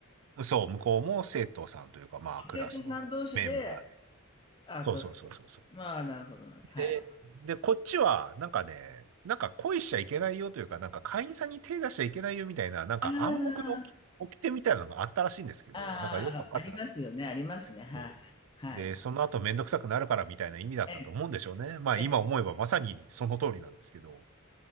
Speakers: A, on the right; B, on the left.
A: そう、向こうも生徒さんというか、まあ、クラスのメンバーで。
B: 生徒さん同士で、あ、
A: そうそうそうそうそう。
B: 取られた。まあ、なるほどなるほど。はい。
A: で、で、こっちは、なんかね、なんか恋しちゃいけないよというか、なんか会員さんに手出しちゃいけないよみたいな、なんか暗黙の起掟みたいなのがあったらしいんですけど、
B: ああ、
A: なんかよくわかってなくて。
B: ああ、ありますよね、ありますね。はいはい。
A: うんで、その後めんどくさくなるからみたいな意味だったと思うんでしょうね。
B: ええ、
A: まあ今思えばまさにその通りなんですけど。
B: ええ、